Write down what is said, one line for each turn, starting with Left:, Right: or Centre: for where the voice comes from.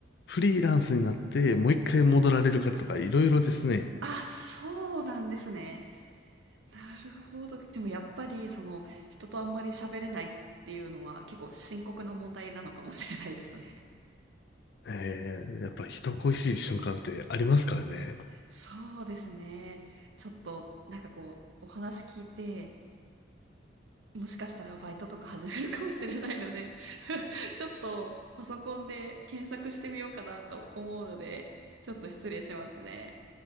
Left: フリーランスになってもう一回戻られる方とかいろいろですね。
Right: あ、そうなんですね。なるほど。でもやっぱり、その、人とあんまり喋れないっていうのは結構深刻な問題なのかもしれないですね。
Left: えー、やっぱ人恋しい瞬間ってありますからね。
Right: そうですね。ちょっと、なんかこう、お話聞いて、もしかしたらバイトとか始めるかもしれないので <laughs> ちょっとパソコンで検索してみようかなと思うので、ちょっと失礼しますね。